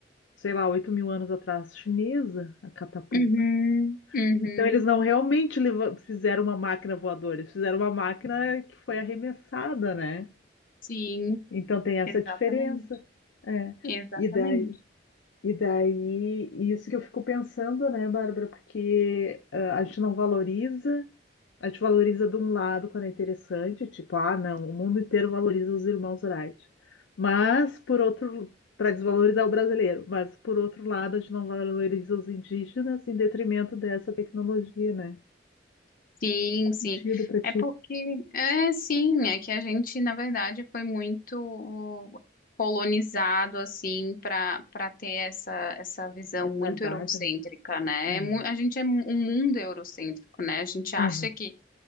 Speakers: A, on the left; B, on the left.
A: sei lá, 8 mil anos atrás, chinesa, a catapulta.
B: uhum, uhum.
A: Então eles não realmente leva- fizeram uma máquina voadora, eles fizeram uma máquina que foi arremessada, né?
B: Sim,
A: Então tem essa
B: exatamente,
A: diferença. É.
B: exatamente.
A: E daí, e daí, isso que eu fico pensando, né, Bárbara, porque ah, a gente não valoriza a gente valoriza de um lado quando é interessante, tipo, ah, não, o mundo inteiro valoriza os irmãos Wright. Mas, por outro, para desvalorizar o brasileiro, mas por outro lado, a gente não valoriza os indígenas em detrimento dessa tecnologia, né?
B: Sim,
A: Faz
B: sim.
A: sentido para ti,
B: É porque, é sim, é que a gente, na verdade, foi muito colonizado, assim, para para ter essa, essa visão
A: mentalidade,
B: muito eurocêntrica,
A: né?
B: né?
A: É.
B: É mu- A gente é mu- um mundo eurocêntrico, né? A gente acha
A: Aham.
B: que,